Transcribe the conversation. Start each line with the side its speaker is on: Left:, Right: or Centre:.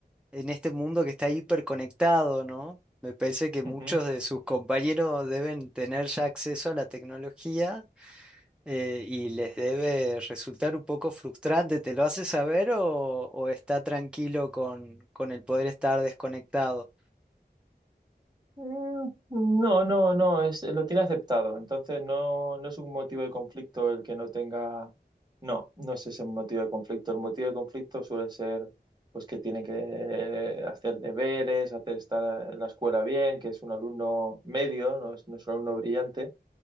Centre: en este mundo que está hiperconectado, ¿no? Me parece que muchos
Right: Ujú.
Centre: de sus compañeros deben tener ya acceso a la tecnología eh, y les debe resultar un poco frustrante. ¿Te lo hace saber o, o está tranquilo con, con el poder estar desconectado?
Right: Mm, No, no, no, es, lo tiene aceptado. Entonces no, no es un motivo de conflicto el que no tenga. No, no es ese motivo de conflicto. El motivo de conflicto suele ser pues que tiene que hacer deberes, hacer estar en la escuela bien, que es un alumno medio, no es, no es un alumno brillante.